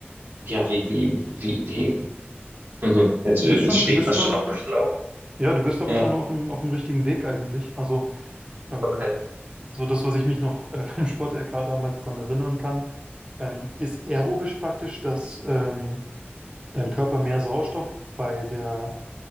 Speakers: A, on the right; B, on the right.
A: Ja, wie, wie, wie, wie. Mhm. Jetzt,
B: Du
A: äh,
B: bist
A: jetzt
B: schon,
A: stehe
B: du bist
A: ich fast
B: schon,
A: schon auf dem Schlauch.
B: ja, du bist aber
A: Ja,
B: schon auf dem, auf dem richtigen Weg eigentlich. Also ähm,
A: okay.
B: so das, was ich mich noch äh, vom Sport-LK damals dran erinnern kann, ähm, ist aerobisch praktisch, dass ähm, dein Körper mehr Sauerstoff bei der